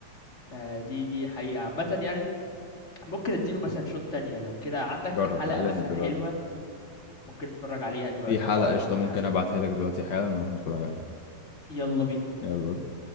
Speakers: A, on the left; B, on the left.
A: فدي دي حقيقه عامه يعني ممكن اديله مثلا شوت تانية لو كده عندك
B: جرب
A: حلقه
B: لا لازم
A: مثلا
B: تجرب
A: حلوه ممكن نتفرج عليها دلوقتي
B: في حلقة
A: مع بعض لو
B: قشطة
A: عندك
B: ممكن
A: حلقه
B: أبعتها لك دلوقتي حالا نروح نتفرج عليها
A: يلا بينا
B: يلا بينا